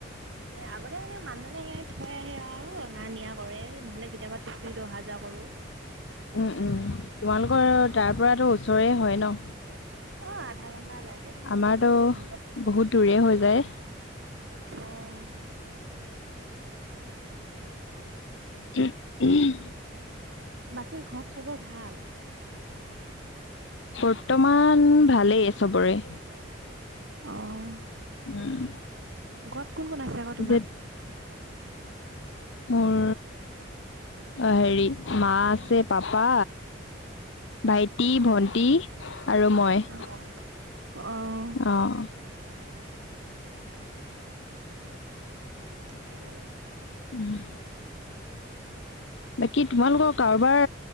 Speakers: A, on the right; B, on the left.
A: আগতে মানে মানুহজনে সেই থৈ আহে আৰু অনা নিয়া কৰে নহ'লে কেতিয়াবা <unintelligible> অহা যোৱা কৰোঁ।
B: উম, উম, তোমালোকৰ তাৰ পৰাতো ওচৰে হয় ন'?
A: অ', আধা ঘন্টা লাগে
B: আমাৰতো
A: আধা ঘন্টা।
B: বহুত দূৰে হৈ যায়
A: অ'।
B: <unintelligible>
A: বাকী ঘৰত চবৰ ভাল?
B: বৰ্তমান ভালেই চবৰে।
A: কৰে। অহ।
B: উম।
A: ঘৰত কোন কোন আছে আকৌ
B: পিছে
A: তোমাৰ?
B: মোৰ হেৰি মা আছে পাপা ভাইটি, ভন্টি আৰু মই।
A: অ'।
B: অ'।
A: হেল্লো
B: <unintelligible> বাকী তোমালোকৰ কাৰোবাৰ